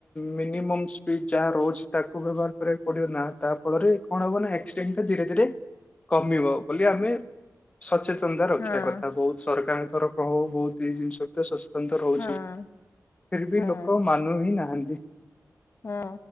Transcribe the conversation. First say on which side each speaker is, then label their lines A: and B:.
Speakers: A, on the left; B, on the left.
A: ମିନିମମ୍ ସ୍ପିଡ ଯାହା ରହୁଛି ତାକୁ ବ୍ୟବହାର କରିବାକୁ ପଡିବ ନା ତା ଫଳରେ କଣ ହବ ନା ଆକସିଡେଣ୍ଟ ଟା ଧୀରେ। ଧୀରେ ଧୀରେ କମିବ ବୋଲି ଆମେ ସଚେତନ ସଚେତନତା ରଖିବା
B: ହଁ
A: କଥା ବହୁତ ସରକାର ଙ୍କ ତରଫ ହଉ ବହୁତ ଏଇ ଜିନିଶ ରେ ସଚେତନତା ରହୁଛି।
B: ହଁ
A: ଫିର ବି
B: ହଁ
A: ଲୋକ ମାନୁ ହି ନାହାନ୍ତି।
B: ହଁ